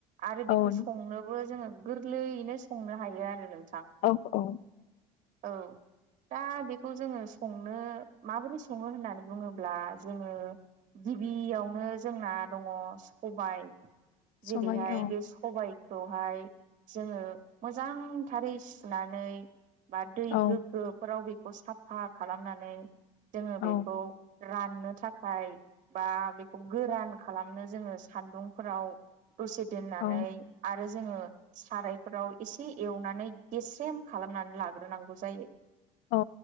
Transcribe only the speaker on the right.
आरो बेखौ
संनोबो जोङो गोरलैयैनो संनो हायो आरो नों
औ दा बेखौ जोङो संनो माबोरै सङो होननानै बुङोब्ला जोङो गिबियावनो जोंना दङ' सबाय
जेरैहाय
बे सबाइ- खौहाय जोङो मोजांथारै सुनानै बा दै
गोग्गोफोराव बेखौ साफा खालामनानै जोङो
बेखौ राननो थाखाय बा बेखौ गोरान खालामनो जोङो सान्दुं फोराव दसे दोननानै
आरो जोङो सारायफोराव एसे एवनानै गेस्रेम खालामनानै लाग्रोनांगौ जायो।